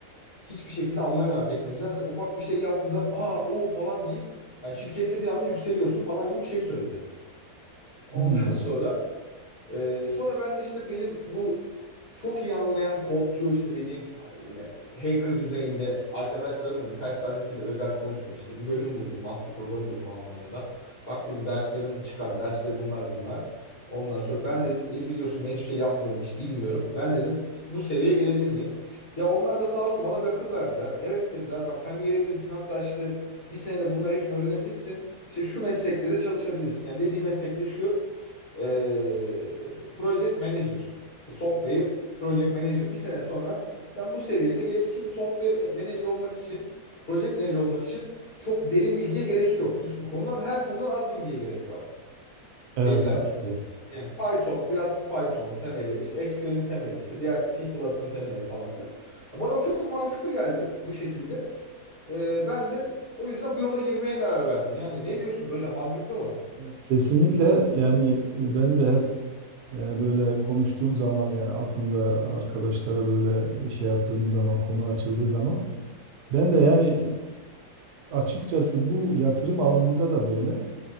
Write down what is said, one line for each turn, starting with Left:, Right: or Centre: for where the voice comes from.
Left: hiçbir şekilde anlamıyorlar teknolojiden. Sen ufak bir şey yaptığın zaman aa o falan deyip yani şirkette bir anda yükseliyorsun falan gibi bir şey söyledi. Ondan
Right: Hmm,
Left: <laughs> sonra e, sonra ben de işte benim bu çok iyi anlayan kodcu işte dediğim yani hacker düzeyinde arkadaşlarımla birkaç tanesiyle özel konuştum. İşte bir bölüm buldum. Master programı buldum Almanya'dan. Bak dedim derslerimi çıkardım. Dersleri bunlar bunlar. Ondan sonra ben dedim beni biliyorsun ben hiçbir şey yapmıyorum. Hiç bilmiyorum. Ben dedim bu seviyeye gelebilir miyim? Ya onlar da sağ olsun bana bir akıl verdiler. Evet dediler bak sen gelebilirsin. Hatta işte bir senede bunların hepsini öğrenebilirsin. İşte şu meslekte de çalışabilirsin. Yani dediği meslekte şu e, project manager. İşte software project manager bir sene sonra sen bu seviyede gelip çünkü software manager olmak için project manager olmak için çok derin bilgiye gerek yok hiçbir konuda ama her konudan az bilgiye gerek var
Right: evet
Left: dediler.
Right: aynen.
Left: Yani Python, biraz Python temeli, işte SQL'in temeli, işte diğer C++'ın temeli falan filan. Ya Bana bu çok mantıklı geldi bu şekilde. Ee, ben de o yüzden bu yola girmeye karar verdim. Yani ne diyorsunuz hocam? Mantıklı mı?
Right: Evet, Kesinlikle yani e, benim de hep e, böyle konuştuğum zaman yani aklımda arkadaşlara böyle e, şey yaptığımız zaman konu açıldığı zaman ben de yani e, açıkçası bu yatırım alanında da böyle